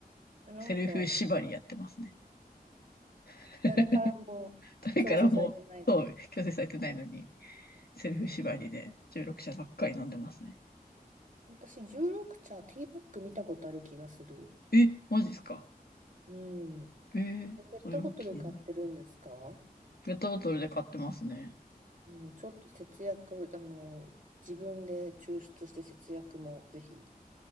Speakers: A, on the right; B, on the left.
A: い。なんか、
B: セルフ縛りやってますね。<laughs>
A: 誰からも強制されてないので。
B: 誰からも、そう、強制されてないのに、セルフ縛りで16社ばっかり飲んでますね。
A: うん、私、16茶、ティーバッグ見たことある気がする。
B: え、マジっすか
A: うん。
B: えー、
A: で、ペットボトル買ってるんですか
B: それは気になる。ペットボトルで買ってますね。
A: うん、ちょっと節約、あの、自分で抽出して節約もぜひ